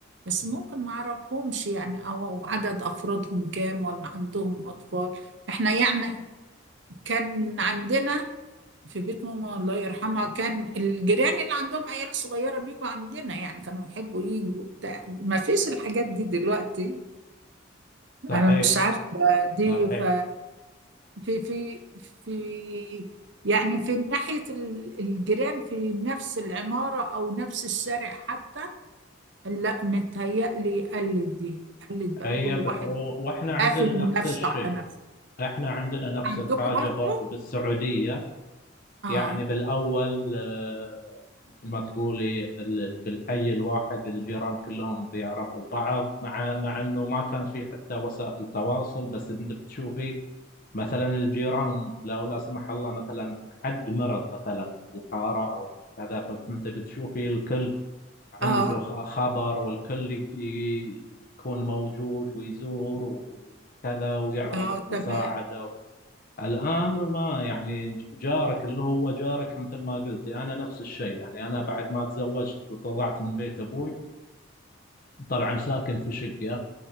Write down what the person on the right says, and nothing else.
بس ممكن ما اعرفهمش يعني او عدد افرادهم كام ولا عندهم اطفال احنا يعني كان عندنا في بيت ماما الله يرحمها كان الجيران اللي عندهم عيال صغيرة بيجوا عندنا يعني كانوا يحبوا يجوا بتاع ما فيش الحاجات دي دلوقتي
انا مش عارفة دي
ف في في في يعني في ناحية ال- الجيران في نفس العمارة أو نفس الشارع حتى لا متهيألي قلت دي قلت بقى
كل
واحد
قافل
نفسه
على نفسه
عندكم
برضه
اه
اه
اه
تمام